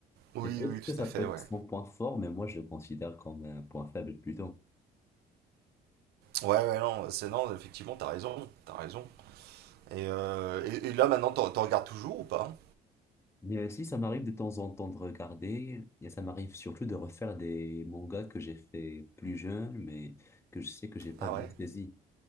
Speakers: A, on the right; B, on the left.
A: Oui,
B: Et peut-être
A: oui, tout
B: que ça
A: à fait,
B: peut être
A: ouais.
B: son point fort, mais moi, je le considère comme un point faible plutôt.
A: Ouais, ouais, non, bah, c'est non, effectivement, t'as raison, t'as raison. Et, euh, et, et là, maintenant, t'en t'en regardes toujours ou pas?
B: Mais aussi, ça m'arrive de temps en temps de regarder, et ça m'arrive surtout de refaire des mangas que j'ai fait plus jeune, mais que je sais que j'ai pas
A: Ah
B: bien
A: ouais?
B: saisi.